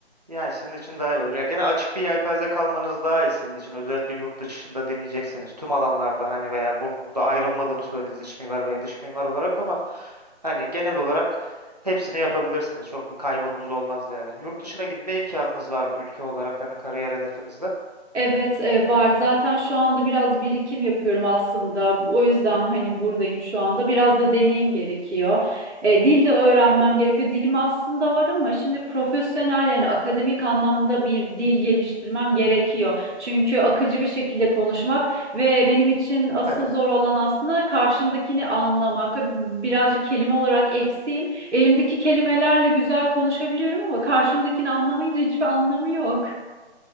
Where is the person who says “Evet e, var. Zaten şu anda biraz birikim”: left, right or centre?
Right